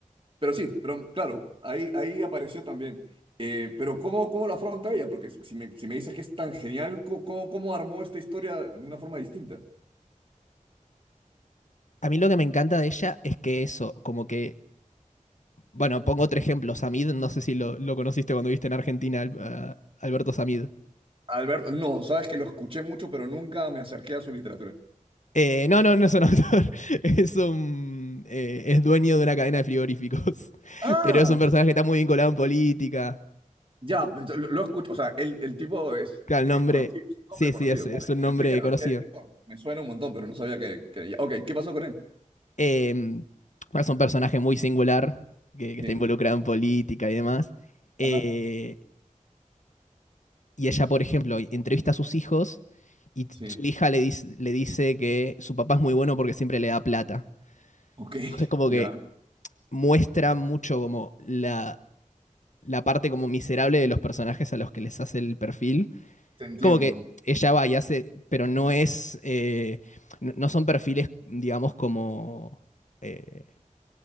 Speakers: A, on the right; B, on the left.
A: pero sí, pero claro, ahí, ahí apareció también. Eh, pero ¿cómo, cómo lo afronta ella? Porque si si me, si me dices que es tan genial, ¿cómo, cómo cómo armó esta historia de una forma distinta?
B: A mí lo que me encanta de ella es que eso, como que. Bueno, pongo otro ejemplo. Samid, no sé si lo, lo conociste cuando viste en Argentina al- Alberto Samid.
A: Alberto, no, sabes que lo escuché mucho, pero nunca me acerqué a su literatura.
B: Eh, no, no, no es un actor. <laughs> Es un. eh, es dueño de una cadena de frigoríficos. <laughs>
A: Ah,
B: Pero es un personaje que está muy vinculado en política.
A: Ya, lo, lo escucho, o sea, el, el tipo es,
B: Claro, el
A: es
B: nombre.
A: conocido, es un hombre
B: Sí,
A: conocido.
B: sí, es, es
A: Claro.
B: un
A: Pensé
B: nombre
A: que era,
B: conocido.
A: que era escritor, me suena un montón, pero no sabía que, que era ella. Ok, ¿qué pasó con él?
B: Em, bueno, es un personaje muy singular que, que
A: Sí,
B: está involucrado en política y demás. Eh,
A: ajá,
B: Y ella, por ejemplo, entrevista a sus hijos y
A: sí.
B: su hija le dice, le dice que su papá es muy bueno porque siempre le da plata.
A: Ok, <laughs>
B: Entonces como
A: ya,
B: que muestra mucho como la, la parte como miserable de los personajes a los que les hace el perfil.
A: te entiendo.
B: Es como que ella va y hace, pero no es, eh, no no son perfiles, digamos, como, eh,